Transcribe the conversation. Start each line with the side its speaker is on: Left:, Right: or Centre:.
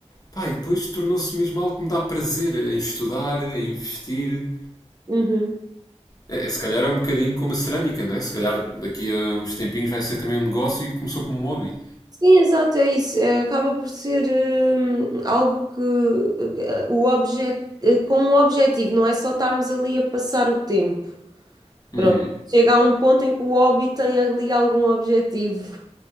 Left: Pá, e depois tornou-se mesmo algo que me dá prazer em estudar, em investir.
Right: Uhum.
Left: É, se calhar é um bocadinho como a cerâmica, não é? Se calhar daqui a uns tempinhos vai ser também um negócio e começou como um hobby.
Right: Sim, exato, é isso. É, acaba por ser hum, algo que, que, eh, o objeto, com um objetivo, não é só estarmos ali a passar o tempo.
Left: Uhum.
Right: Pronto. Chega a um ponto em que o hobby tem ali algum objetivo.